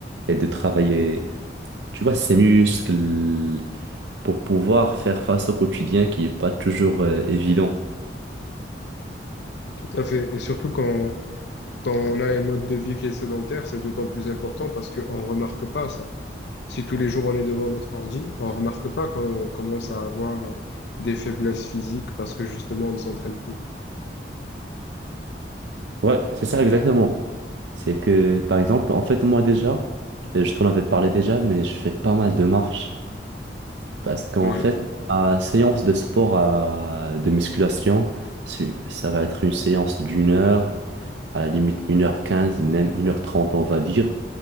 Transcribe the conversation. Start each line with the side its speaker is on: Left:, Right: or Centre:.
Right: et de travailler, tu vois, ses muscles pour pouvoir faire face au quotidien qui est pas toujours euh, évident.
Left: Tout à fait. Et surtout quand, quand on a un mode de vie qui est sédentaire, c'est d'autant plus important parce qu'on ne remarque pas ça. Si tous les jours on est devant notre ordi, on ne remarque pas qu'on commence à avoir euh, des faiblesses physiques parce que justement on ne s'entraîne plus.
Right: Ouais, c'est ça exactement. C'est que, par exemple, en fait, moi déjà, euh, je t'en avais parlé déjà, mais je fais pas mal de marches. Parce qu'en
Left: Ouais.
Right: fait, ma séance de sport à- de musculation, su- ça va être une séance d'une heure. à la limite une heure quinze même une heure trente on va dire,